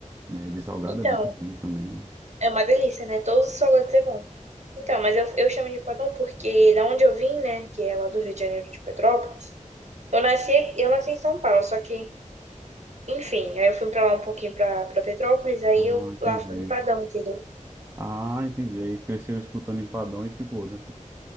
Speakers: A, on the right (about 20°); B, on the right (about 60°).
A: Né? De salgado
B: Então,
A: é muito bom também.
B: É uma delícia, né? Todos os salgados é bom. Então, mas eu, eu chamo de padrão porque da onde eu vim, né? Que é lá do Rio de Janeiro de Petrópolis. Eu nasci, eu nasci em São Paulo, só que, enfim, aí eu fui pra lá um pouquinho pra, pra Petrópolis, aí
A: Ah,
B: eu
A: entendi.
B: lá fui em padrão, entendeu?
A: Ah, entendi. Aí cresceu escutando empadão e ficou, né?